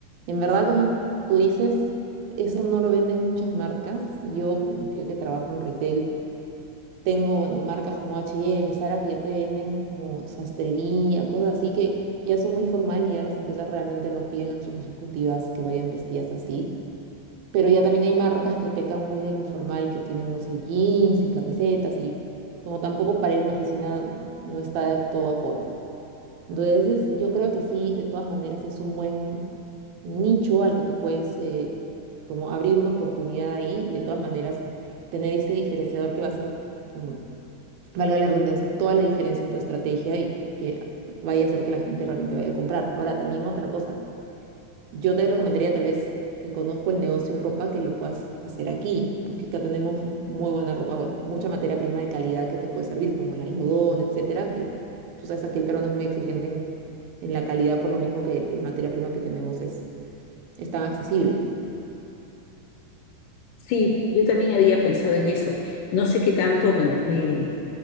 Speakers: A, on the right; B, on the left.
A: en verdad, como tú dices, eso no lo venden muchas marcas. Yo, bueno, yo que trabajo en retail. Tengo, bueno, marcas como H&M, Zara, que ya te venden como sastrería, cosas así que ya son muy formal y ya las empresas realmente no piden a sus ejecutivas que vayan vestidas así. Pero ya también hay marcas que pecan muy de lo informal, que tienen, no sé, jeans y camisetas y como tampoco para ir a una oficina no está todo acorde. Entonces, es- yo creo que sí, de todas maneras es un buen nicho al que tú puedes eh, como abrir una oportunidad ahí y de todas maneras tener ese diferenciador que va a ser como valga la redundancia, toda la diferencia en tu estrategia y que vaya a hacer que la gente realmente vaya a comprar. Ahora, también otra cosa, yo te recomendaría tal vez que conozco el negocio de ropa, que lo puedas hacer aquí, porque acá tenemos muy buena ropa, bueno, mucha materia prima de calidad que te puede servir, como el algodón, etcétera, que tú sabes, aquí el peruano es muy exigente en, en la calidad, por lo mismo que la materia prima que tenemos es, es tan accesible.
B: Sí, yo también había pensado en eso. No sé qué tanto me, me